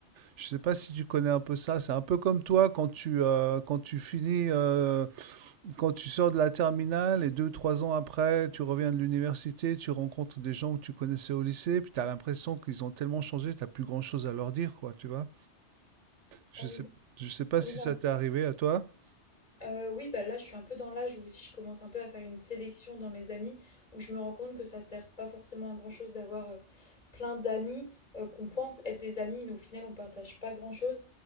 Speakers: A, on the right; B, on the left.
A: Je ne sais pas si tu connais un peu ça. C'est un peu comme toi quand tu, euh, quand tu finis, euh, quand tu sors de la terminale et deux, trois ans après, tu reviens de l'université, tu rencontres des gens que tu connaissais au lycée, puis tu as l'impression qu'ils ont tellement changé, tu n'as plus grand-chose à leur dire, quoi, tu vois. Je
B: Ah oui.
A: ne sais, je sais pas
B: oui,
A: si ça t'est arrivé à toi.
B: Heu, oui, bah, là, je suis un peu dans l'âge où aussi je commence un peu à faire une sélection dans mes amis, où je me rends compte que ça sert pas forcément à grand-chose d'avoir, heu, plein d'amis, heu, qu'on pense être des amis, mais au final on partage pas grand-chose.